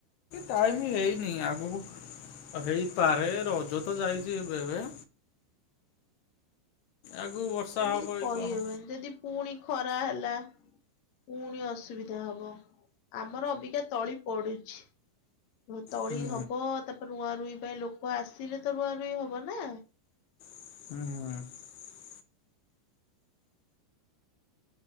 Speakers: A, on the left (about 75°); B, on the left (about 55°).
A: ଟାଇମ ହେଇନି ଆଗକୁ ହେଇପାରେ ରଜ ତ ଯାଇଛି ଏବେ ଏବେ। ଆଗକୁ ବର୍ଷା
B: ସେମିତି
A: ହବ
B: କହିହବନି
A: କି କଣ।
B: ଯଦି ପୁଣି ଖରା ହେଲା। ପୁଣି ଅସୁବିଧା ହବ ଆମର ଅବିକା ତଳି ପଡୁଛି। ତଳି
A: ହୁଁ
B: ହବ ତାପରେ ରୁଆ ରୁଇଁ ପାଇଁ ଲୋକ ଆସିଲେ ତ ରୁଆ ରୁଇଁ ହବ ନା।
A: ହୁଁ ହୁଁ ହୁଁ।